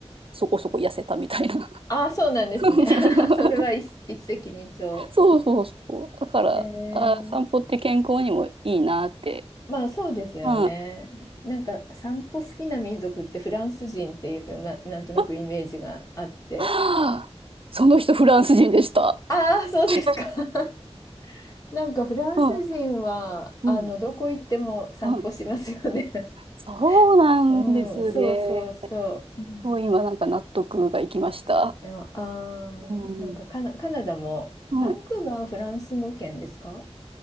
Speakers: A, on the right; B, on the left.
A: そこそこ痩せたみたいな。
B: ああ、そうなんですね。
A: <laughs>
B: <laughs> それは一、一石二鳥。
A: そうそうそう。だから、
B: えー
A: あ、散歩って健康にもいいなって。
B: まあそうですよね。
A: うん。あ、
B: なんか散歩好きな民族ってフランス人っていうな、なんとなくイメージがあって。
A: はあその人フランス人でした。
B: ああ、そうですか。
A: <laughs>
B: <laughs> なんかフランス人はあのどこ行っても散歩しますよね。
A: うん。うん。はいそうなんですね。
B: <laughs> うん、そうそうそう。うん
A: もう今なんか納得がいきました。
B: でもあー、
A: うん。
B: なんかカナ、カナダもバンクーバーはフランス語圏ですかっ
A: はい。っ